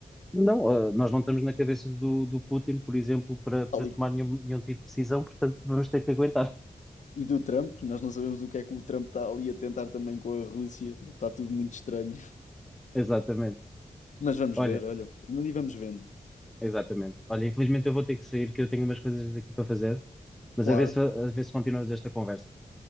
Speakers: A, in the centre; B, on the left (about 60°).
A: Não, ah, nós não estamos na cabeça do, do Putin, por exemplo, para, para
B: Tal
A: tomar
B: e qual.
A: nenhum, nenhum tipo de decisão, portanto vamos ter que aguentar.
B: E do Trump, nós não sabemos o que é que o Trump está ali a tentar também com a Rússia, está tudo muito estranho.
A: <laughs> Exatamente.
B: Mas vamos
A: Olha,
B: ver, olha, e vamos vendo.
A: exatamente. Olha, infelizmente eu vou ter que sair, que eu tenho umas coisas aqui para fazer, mas
B: Claro,
A: a ver se, a ver se continuamos esta conversa.